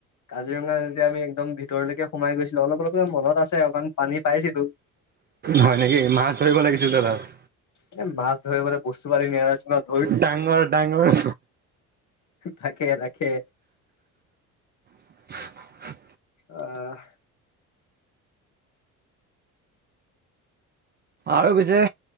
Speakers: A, on the left (about 40°); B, on the right (about 25°).
A: কাজিৰঙা যেতিয়া আমি একদম ভিতৰলৈকে সোমাই গৈছিলো অলপ অলপ মনত আছে অকণ পানী পাইছিলো।
B: হয় নেকি মাছ <inaudible>
A: এ মাছ ধৰিলৈ বস্তু পাতি নিয়া নাছিলো ন।
B: ডাঙৰ- ডাঙৰ
A: তাকে ৰাখ কে
B: <inaudible>
A: অহ',
B: আৰু পিছে,